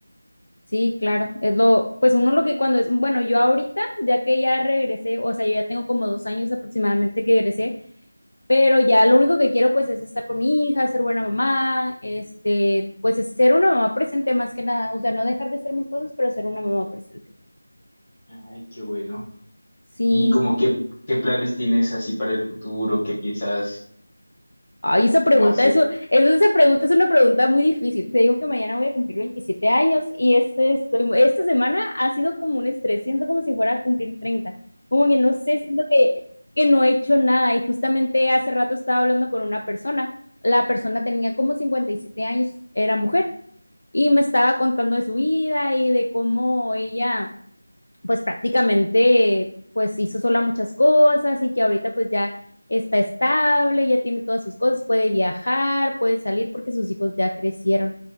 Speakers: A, on the left; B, on the left.
A: sí, claro. Es lo, pues uno lo que cuando es, bueno, yo ahorita, ya que ya regresé, o sea, yo ya tengo como dos años aproximadamente que regresé, pero ya lo único que quiero pues es estar con mi hija, ser buena mamá, este, pues es ser una mamá presente más que nada, o sea, no dejar de hacer mis cosas, pero ser una mamá presente.
B: Ay, qué bueno.
A: Sí.
B: Y como qué, qué planes tienes así para el futuro, qué piensas
A: Ay, esa pregunta
B: cómo hacer.
A: es, u- es- esa pregunta es una pregunta muy difícil. Te digo que mañana voy a cumplir 27 años y este, estoy, esta semana ha sido como un estrés. Siento como si fuera a cumplir treinta Como que no sé, siento que, que no he hecho nada. Y justamente hace rato estaba hablando con una persona. La persona tenía como 57 años, era mujer, y me estaba contando de su vida y de cómo ella pues prácticamente pues hizo sola muchas cosas y que ahorita pues ya está estable, ya tiene todas sus cosas, puede viajar, puede salir porque sus hijos ya crecieron.